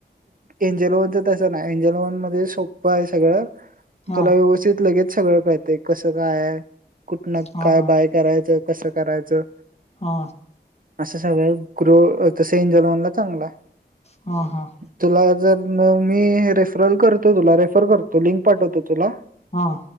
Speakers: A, on the right (about 50°); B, on the left (about 35°).
A: एंजल वनच तसं नाही एंजलवन मध्ये सोप्पं आहे सगळं.
B: हा
A: तुला
B: हा
A: व्यवस्थित लगेच सगळं कळते कसं काय आहे कुठन
B: हा
A: काय बाय करायचं कसं करायचं
B: हा
A: सगळ ग्रो त एंजलन चांगला
B: हा हा
A: तु जर मी हे रेफरल करतो तुला रेफर करतो लिंक पाठवतो तुला
B: हा